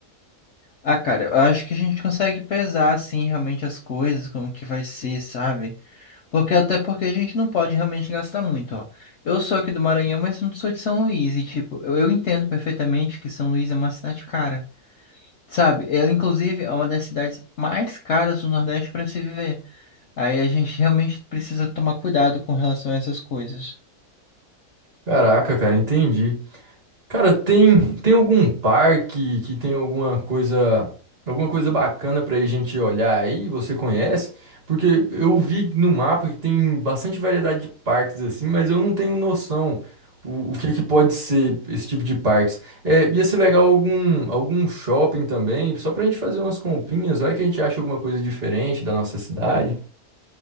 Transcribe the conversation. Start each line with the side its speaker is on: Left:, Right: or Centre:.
Left: Ah, cara, eu acho que a gente consegue pesar, assim, realmente as coisas, como que vai ser, sabe? Porque até porque a gente não pode realmente gastar muito, ó. Eu sou aqui do Maranhão, mas não sou de São Luís, e, tipo, eu, eu entendo perfeitamente que São Luís é uma cidade cara, sabe? Ela, inclusive, é uma das cidades mais caras do Nordeste para se viver. Aí a gente realmente precisa tomar cuidado com relação a essas coisas.
Right: Caraca, cara, entendi. Cara, tem tem algum parque que tem alguma coisa alguma coisa bacana pra a gente olhar aí? Você conhece? Porque eu vi no mapa que tem bastante variedade de parques assim, mas eu não tenho noção o, o que é que pode ser esse tipo de parques. É, ia ser legal algum algum shopping também, só pra gente fazer umas comprinhas, vai que a gente acha alguma coisa diferente da nossa cidade.